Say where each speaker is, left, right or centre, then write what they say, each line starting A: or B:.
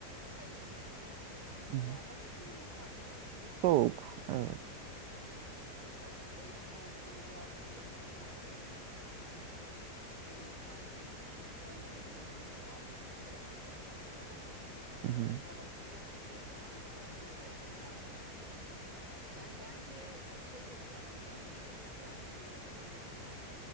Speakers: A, on the right; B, on the right.
A: Tabii, tabii, tabii. Hava
B: Hı hı.
A: hava durumu farklılaşıyor, soğuk
B: Soğuk.
A: orası.
B: Evet.
A: Ee, o yüzden hani biraz şeyi etkiliyor tabii. Ee, senin tatilde ne beklediğine bağlı yani kayak yapacaksan okey.
B: Hı hı.
A: Ama sıcak istiyorsan ona göre yerlere gidiyorsun. Yani bence şey de güzel, Güney Amerika'da güzel, Kuzey Amerika'da güzel.